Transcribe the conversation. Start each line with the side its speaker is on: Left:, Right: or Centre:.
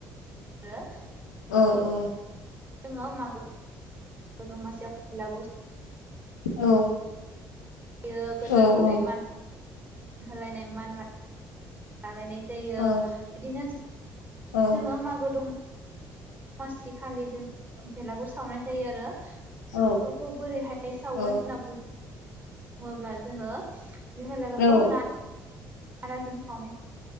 Right: रो
Left: औ औ
Right: जोङो मागो दमासियाव बेलागुर
Left: औ
Right: बेयो गोदोर
Left: औ
Right: उन्दै
Left: औ
Right: मान होलायनाय मान लालायनाय जायो
Left: औ
Right: बिदिनो
Left: औ
Right: जोङो मागो दम मासि खालि जों बेलागुर सावनाय जायो आरो बेफोरखौ
Left: औ
Right: बोरैहाय सावो
Left: औ
Right: होनना बुं बुङोब्ला जोङो बे भेलागरखौ
Left: औ
Right: ना नाराजों सावनाय